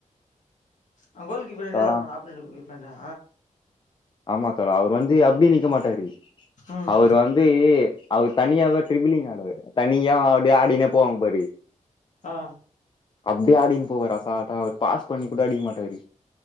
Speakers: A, on the left (about 70°); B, on the left (about 35°).
A: ஆ கோல் கீப்பர்
B: தோழா
A: இருப்பண்ணா அப் கோல் கீப்பர்ண்டா
B: ஆமா தோழா அவுர் வந்து அப்டி நிக்க மாட்டாரு
A: ம்
B: அவுரு வந்து அவரு தனியாவே ட்ரிபிலிங் ஆடுவாரு தனியா அப்டியே ஆடினே போவாங் பாரு
A: ஆ
B: அப்டி ஆடின்னு போவாரு அசால்ட்டா அவர் பாஸ் பண்ணி கூட அடிக்க மாட்டாரு